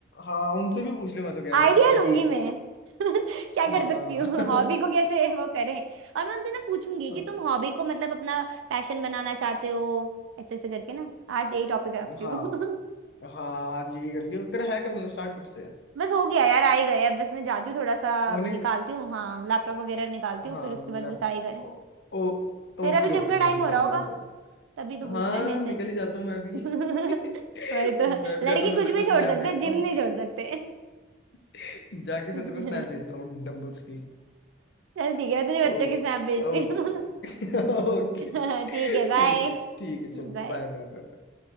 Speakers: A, on the left; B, on the right.
A: हाँ उनसे भी पूछ ले मैं तो कह रहा
B: आइडिया
A: हूँ सबसे
B: लूंगी
A: कि
B: मैं <laughs> क्या
A: हाँ
B: कर सकती हूँ हॉबी को
A: <laughs>
B: कैसे वो करें और मैं उनसे ना पूछूंगी
A: हाँ
B: कि तुम हॉबी को मतलब अपना पैशन बनाना चाहते हो ऐसे ऐसे करके ना आज यही टॉपिक रखती
A: हाँ
B: हूँ <laughs>
A: हाँ आज यही कर लियो तेरा है कब मतलब स्टार्ट कब से है
B: बस हो गया यार आ ही गए अब बस मैं जाती हूँ थोड़ा सा
A: उन्हें
B: निकालती हूँ हाँ लैपटॉप वगैरह निकालती हूँ
A: हाँ
B: फिर उसके बाद
A: लैप
B: बस आ ही गए
A: ओ, ओ
B: तेरा
A: ओके
B: भी जिम
A: ओके
B: का
A: चल
B: टाइम
A: तू
B: हो
A: कर
B: रहा
A: ले
B: होगा
A: उनको
B: तभी तो पूछ
A: हाँ
B: रहा है मेरे से
A: निकल ही जाता हूँ मैं भी
B: <laughs>
A: <laughs>
B: वही तो
A: मैं भी
B: लड़की
A: जाता हूँ फिर
B: कुछ
A: तेरे
B: भी
A: को स्नैप
B: छोड़ सकते
A: भेजता
B: जिम
A: हूँ
B: नहीं छोड़ सकते
A: <laughs> जाके फिर
B: <laughs> चल
A: तेरे को स्नैप भेजता हूँ डम्बल्स की
B: ठीक है मैं तुझे बच्चों
A: ओके
B: की स्नैप भेजती
A: ओके
B: हूँ
A: ओके
B: <laughs> ठीक
A: <laughs> ठीक
B: है बाय
A: है ठीक है चलो
B: बाय
A: बाय बाय बाय